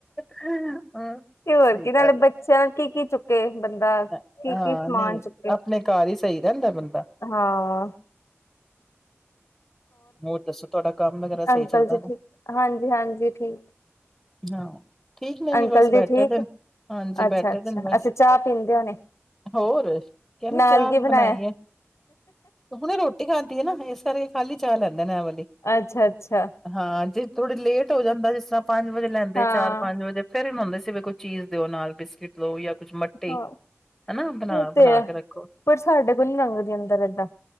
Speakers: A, in the centre; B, on the left.
A: ਰੂੰ
B: ਹੋਰ
A: ਸਹੀ
B: ਕੀ ਨਾਲੇ
A: ਗੱਲ।
B: ਬੱਚਿਆਂ ਨਾਲ ਕੀ ਕੀ ਚੁੱਕੇ ਤੇ ਬੰਦਾ
A: ਹੈ।
B: ਕੀ
A: ਹਾਂ
B: ਕੀ ਸਮਾਨ
A: ਨਹੀਂ
B: ਚੁੱਕ
A: ਆਪਣੇ ਘਰ ਹੀ ਸਹੀ ਰਹਿੰਦਾ ਬੰਦਾ।
B: ਹਾਂ
A: ਹੋਰ ਦੱਸੋ ਤੁਹਾਡਾ। ਕੰਮ ਵਗੈਰਾ
B: ਅੰਕਲ
A: ਸਹੀ ਚੱਲਦਾ
B: ਜੀ ਠੀਕ ਹਾਂਜੀ -ਹਾਂਜੀ, ਠੀਕ।
A: ਹਾਂ। ਠੀਕ ਨੇ ਵੀ
B: ਅੰਕਲ
A: ਬਸ ਬੈਠੇ
B: ਜੀ ਠੀਕ
A: ਦੇ ਨੇ, ਹਾਂਜੀ ਬੈਠੇ
B: ਅੱਛਾ ਅੱਛਾ
A: ਦੇ ਨੇ ਬਸ,
B: ਅੱਛਾ ਚਾਹ ਪੀਂਦੇ ਹੋਣੇ
A: ਹੋਰ ਕੀ ਨਾ
B: ਨਾਲ
A: ਚਾਹ ਬਣਾਈ
B: ਬਣਾਇਆ
A: ਏ, ਹੁਣੇ ਰੋਟੀ ਖਾਦੀ ਹੈ ਨਾ। ਇਸ ਸਾਰੇ ਖਾਲੀ ਚਾਲਤ ਐ ਵਾਲੀ।
B: ਅੱਛਾ ਅੱਛਾ
A: ਹਾਂ, ਜੇ ਥੋੜੀ ਲੇਟ ਹੋ ਜਾਂਦਾ ਜਿਸ ਤਰ੍ਹਾਂ ਪੰਜ ਵਜੇ ਲੈਂਦੇ
B: ਹਾਂ
A: ਚਾਰ ਪੰਜ ਵਜੇ ਫੇਰ ਹੀ ਨਾ ਹੁੰਦੇ ਕਹਿੰਦੇ ਕੋਈ ਚੀਜ਼ ਦਿਉ ਨਾਲ ਬਿਸਕਿਟ ਦੇਉ ਜਾਂ ਕੁੱਝ ਮੱਠੀ
B: ਹਾਂ,
A: ਹਨਾ ਬਣਾ
B: ਉਹ ਤੇ
A: ਬਣਾ
B: ਹੈ,
A: ਕੇ ਰੱਖੋ
B: ਪਰ ਸਾਡੇ ਕੋਲ ਨੀ ਲੰਘਦੀ ਅੰਦਰ ਏਦਾਂ,